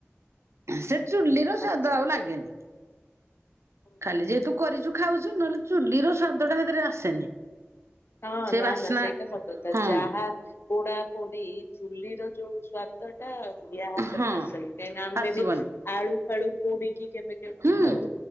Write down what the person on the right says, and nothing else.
ସେ ଚୁଲିର ସ୍ଵାଦ
ଆଉ ଲାଗେନି।
ଖାଲି ଯେହେତୁ କରିଛୁ ଖାଉଛୁ ନହେଲେ ଚୁଲି ର ସ୍ଵାଦ ଟା ହେଥିରେ ଆସେନି।
ସେ
ବାସ୍ନା
ହଁ
ହଁ
ଆସିବନି
ହୁଁ